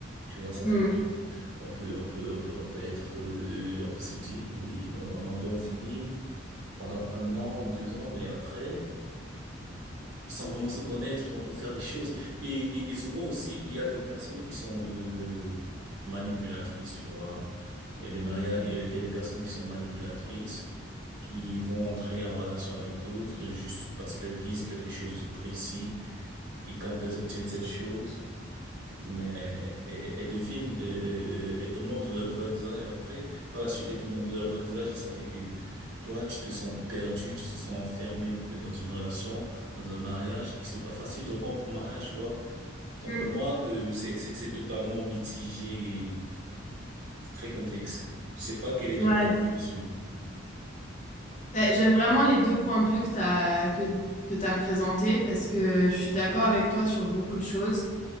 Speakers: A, on the right; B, on the left.
A: Tu vois, ça
B: Mm.
A: fait que on peut, on peut, on peut, on peut être, euh, euh, on peut se dire, oui, euh, on a un bon feeling pendant un an, deux ans, mais après, sans vraiment se connaître, on peut faire des choses. Et, et, et souvent aussi, il y a des personnes qui sont euh, manipulatrices, tu vois. Il y a des mariages, il y a il y a des personnes qui sont manipulatrices, qui vont entrer en relation avec d'autres juste parce qu'elles visent quelque chose de précis. Et quand elles obtiennent cette chose, mais elles, elles deviennent, euh, euh, elles te montrent leur vrai visage après. Par la suite, elles te montrent leur vrai visage et ça fait que toi, tu te sens perdu, tu te sens enfermé peut-être dans une relation, dans un mariage et c'est pas facile de rompre un mariage, tu vois. Donc
B: Mm.
A: pour moi, euh, c'est, c'est, c'est totalement mitigé et très complexe. Je sais pas quel est
B: ouais.
A: ton point de vue dessus.
B: Ouais, J'aime vraiment les deux points de vue que tu as que, que t'as présentés parce que je suis d'accord avec toi sur beaucoup de choses.